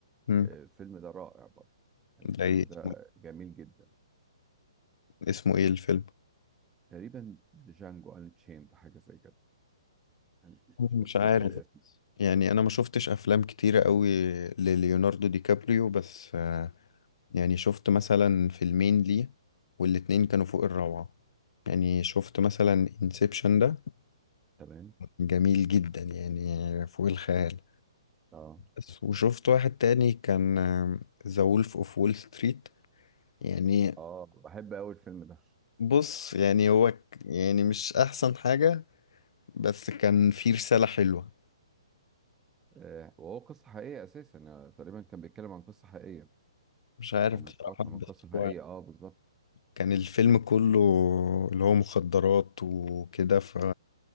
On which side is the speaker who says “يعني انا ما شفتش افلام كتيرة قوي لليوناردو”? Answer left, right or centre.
Left